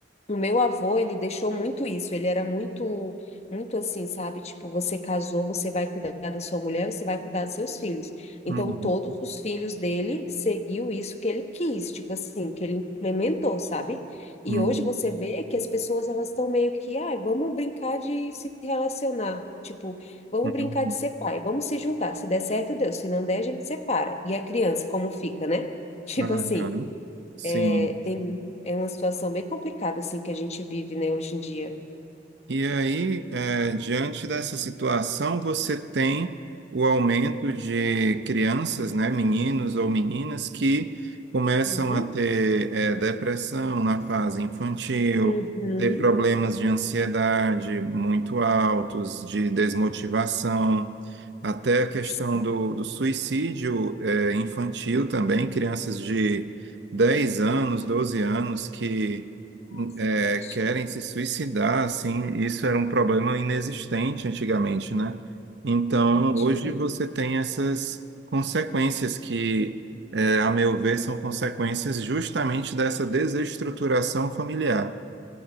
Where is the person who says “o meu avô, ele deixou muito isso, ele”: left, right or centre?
Left